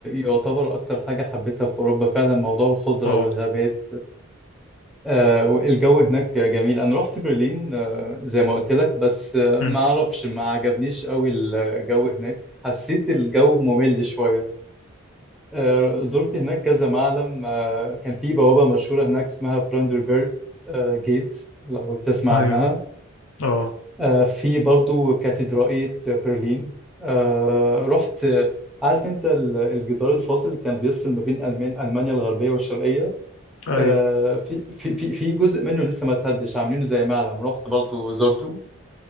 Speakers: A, in the centre; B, on the left (about 75°).
A: يعتبر اكتر حاجة حبيتها في أوروبا فعلا موضوع الخضرة
B: اه
A: والغابات آه والجو هناك جميل انا رحت برلين آه زي ما قلت لك بس آه
B: أمم.
A: ما اعرفش ما عجبنيش قوي الجو هناك حسيت الجو ممل شوية آه، زرت هناك كذا معلم آه، كان في بوابة مشهورة هناك اسمها براندربيرج جيت لو تسمع
B: ايوه
A: عنها
B: اه
A: آه، في برضو كاتدرائية برلين آه، رحت آه، عارف انت ال- الجدار الفاصل اللي كان بيفصل ما بين ألمان- ألمانيا الغربية والشرقية
B: ايوه
A: آه، في في في في جزء منه لسه ما اتهدش عاملينه زي معلم رحت برضو زرته